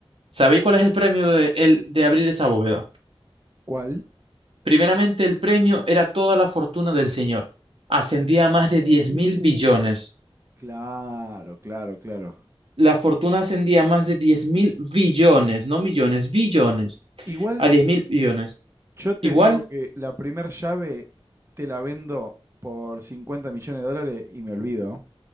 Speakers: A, on the right; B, on the right.
A: ¿Sabéis cuál es el premio de, el, de abrir esa bóveda?
B: ¿Cuál?
A: Primeramente, el premio era toda la fortuna del señor. Ascendía a más de
B: Uh.
A: diez mil billones.
B: Claro, claro, claro.
A: La fortuna ascendía a más de diez mil billones, no millones, billones,
B: Igual
A: a diez mil billones.
B: yo te
A: Igual
B: digo que la primer llave te la vendo por 50 millones de dólares y me olvido.